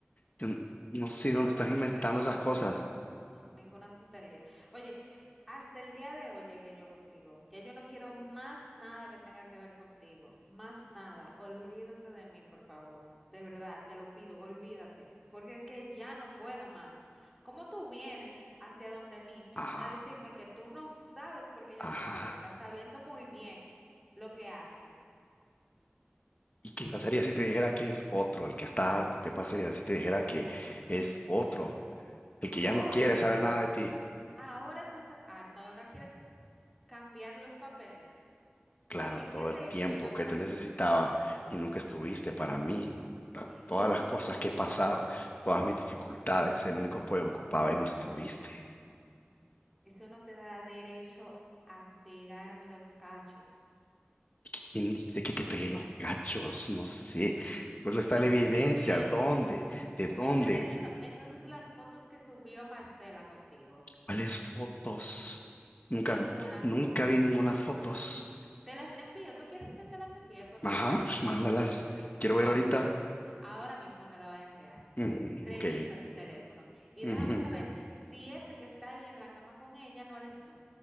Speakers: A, on the left; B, in the centre.
A: Yo n-
B: N-
A: no sé
B: Ninguna
A: dónde están inventando
B: tontería.
A: esas cosas.
B: No, ninguna tontería. Oye, hasta el día de hoy llegué yo contigo. Ya yo no quiero más nada que tenga que ver contigo. Más nada. Olvídate de mí, por favor. De verdad, te lo pido, olvídate. Porque es que ya no puedo más. ¿Cómo tú vienes hacia donde mí
A: Ajá,
B: a decirme que tú no sabes por qué yo
A: ajá.
B: estoy molesta, sabiendo muy bien lo que haces?
A: ¿Y qué pasaría si te dijera que es otro el que está harto? ¿Qué pasaría si te dijera que es otro el que ya
B: O
A: no quiere saber nada de ti?
B: ahora tú estás harta, ahora quieres cambiar los papeles.
A: Claro,
B: Dime,
A: todo
B: ¿qué te
A: el tiempo
B: he hecho yo
A: que
B: para
A: te
B: que
A: necesitaba
B: tú estés harta?
A: y nunca estuviste para mí. Ta- Todas
B: Y es,
A: las cosas que he pasado, todas mis dificultades, el único apoyo que ocupaba y no estuviste.
B: eso no te da derecho a pegarme los cachos.
A: ¿Quién dice que te pegué los cachos? No sé. Pues no está
B: Me
A: la
B: estás
A: evidencia.
B: diciendo,
A: ¿Dónde? ¿De dónde?
B: me estás diciendo, entonces las fotos que subió Marcela contigo,
A: ¿Cuáles fotos? Nunca,
B: ninguna
A: nunca
B: foto.
A: vi ninguna fotos.
B: Te las envío. ¿Tú quieres que te las envíe? Porque
A: Ajá,
B: yo las tengo,
A: mándalas.
B: las fotos.
A: Quiero
B: No,
A: ver ahorita.
B: espera. Ahora mismo te la voy a enviar.
A: Ujú,
B: Revisa
A: ok.
B: tu teléfono y
A: ujú.
B: déjame saber si ese que está ahí en la cama con ella no eres tú,